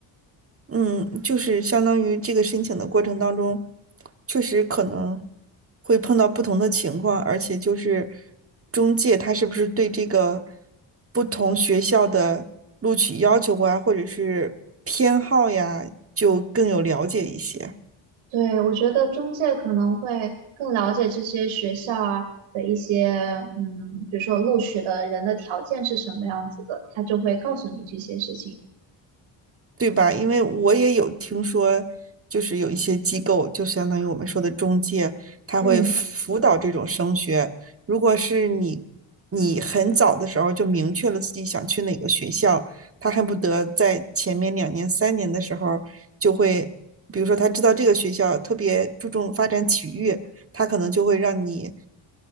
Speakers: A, on the right (about 30°); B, on the right (about 85°).
A: 嗯，就是相当于这个申请的过程当中，确实可能会碰到不同的情况，而且就是中介他是不是对这个不同学校的录取要求啊，或者是偏好呀，就更有了解一些。
B: 对，我觉得中介可能会更了解这些学校啊的一些，嗯，比如说录取的人的条件是什么样子的，他就会告诉你这些事情。
A: 对吧？因为我也有听说，就是有一些机构，就相当于我们说的中介，他会辅导这种升学。
B: 嗯
A: 如果是你，你很早的时候就明确了自己想去哪个学校，他恨不得在前面两年、三年的时候就会，比如说他知道这个学校特别注重发展体育，他可能就会让你，